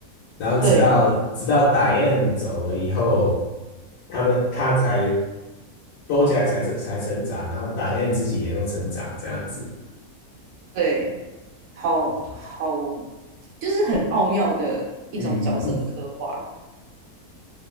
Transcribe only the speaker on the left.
然后直到直到
d i 走了以后，他们他才 BoJack 才才成长，然后 d i 自己也有成长这样子。
嗯，